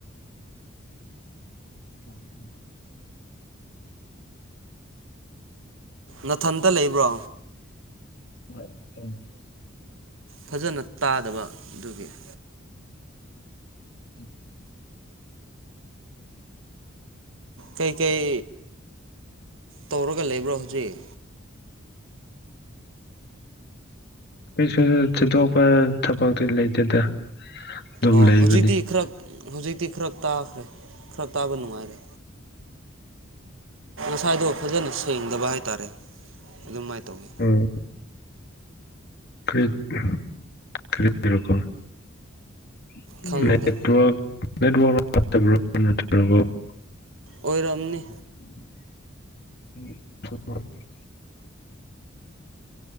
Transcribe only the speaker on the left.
ꯀ <unintelligible> <inaudible>
ꯂꯩꯇꯦ
ꯎꯝ <unintelligible>
ꯀꯁꯨ ꯊꫭꯏꯗꯣꯛꯄꯥ ꯊꯕꯛꯇꯤ ꯂꯩꯇꯦꯗ ꯑꯗꯨꯝ
ꯂꯩꯕꯅꯤ
ꯎꯝꯝ ꯔꯤꯔꯤ ꯅꯦꯠꯋꯔꯛ <unintelligible> <inaudible>
ꯅꯦꯠꯋꯥꯡ ꯐꯠꯇꯕꯩ ꯇꯠꯇꯕꯔꫭ ꯎ
<unintelligible> <inaudible>